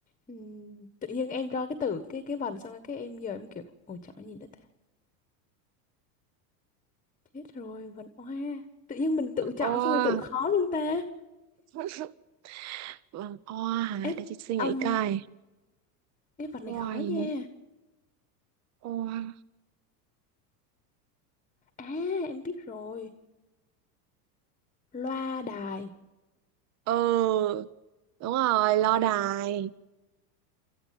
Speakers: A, on the left; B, on the right.
A: Ừm, tự nhiên em cho cái từ cái cái vần xong rồi cái em giờ em kiểu ồ chọn gì nữa ta? Chết rồi, vần hoa. Tự nhiên mình tự chọn
B: hoa
A: xong rồi tự khó luôn ta.
B: <laughs> vâng hoa hả
A: Ê,
B: để chị suy nghĩ
A: âm
B: coi
A: cái vần
B: hoa
A: này khó
B: gì
A: nha.
B: nữa hoa
A: À em biết rồi Loa đài
B: ừ đúng rồi lo
A: Đó
B: đài
A: đó